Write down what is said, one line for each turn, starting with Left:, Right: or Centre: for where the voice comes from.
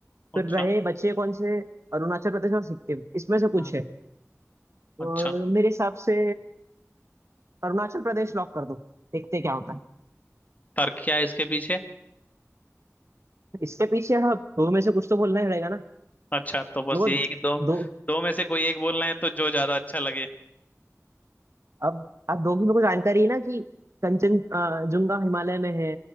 Right: फिर
Left: अच्छा
Right: रहे बचे कौन से अरुणाचल प्रदेश और सिक्किम इसमें से कुछ
Left: हाँ
Right: है
Left: अच्छा
Right: और मेरे हिसाब से अरुणाचल प्रदेश लॉक कर दो देखते क्या होता है
Left: तर्क क्या है इसके पीछे
Right: इसके पीछे अब दो में से कुछ तो बोलना ही रहेगा ना
Left: अच्छा तो बस
Right: मेरे
Left: यही
Right: को
Left: है कि दो
Right: दो
Left: दो में से कोई एक बोल रहे हैं तो जो ज्यादा अच्छा लगे
Right: अब अब दो की मेरे को जानकारी है ना कि कंचन अ, जुंगा हिमालय में है